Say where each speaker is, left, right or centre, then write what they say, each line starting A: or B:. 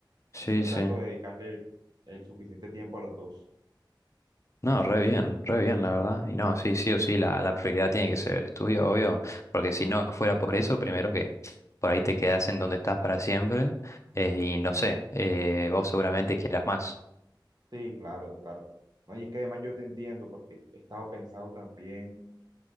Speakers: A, on the left (about 35°); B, on the right (about 55°).
A: Sí,
B: sí trato
A: sí.
B: de dedicarle el, el suficiente tiempo a los dos.
A: No, re bien, re bien, la verdad. Y no, sí, sí o sí, la, la prioridad tiene que ser el estudio, obvio, porque si no fuera por eso, primero que por ahí te quedas en donde estás para siempre, eh, y no sé, eh, vos seguramente quieras más.
B: Sí, claro, claro. No, y es que además yo te entiendo porque he estado pensado también,